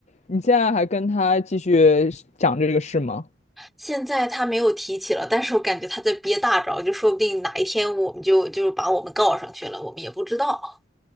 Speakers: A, on the left; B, in the centre.
A: 你现在还跟他继续讲这个事吗？
B: 现在他没有提起了，但是我感觉他在憋大招，就说不定哪一天我们就就把我们告上去了，我们也不知道。